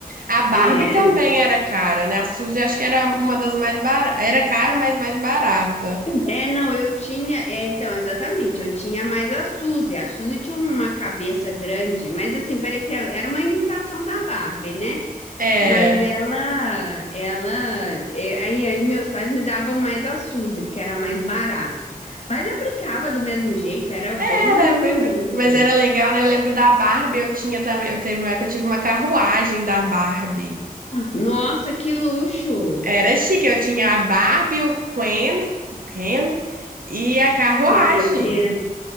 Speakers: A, on the right; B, on the left.
A: A Barbie
B: É,
A: também era cara, né? A Suzy acho que era uma das mais baratas. Era cara, mas mais barata.
B: é, não, eu tinha, é, então, exatamente, eu tinha mais a Suzy. A Suzy tinha uma cabeça grande, mas assim, parecia, era uma imitação da Barbie, né?
A: É.
B: Mas ela, ela, é, aí, aí meus pais me davam mais a Suzy, porque era mais barato. Mas eu brincava do mesmo jeito, era bom
A: Era
B: do mesmo
A: bem parecido,
B: jeito.
A: mas era legal, né? Eu lembro da Barbie, eu tinha também, eu teve uma, que eu tive uma carruagem da Barbie.
B: Nossa, que luxo!
A: Era chique, eu tinha a Barbie, o Ken, o Ken e a carruagem.
B: É que,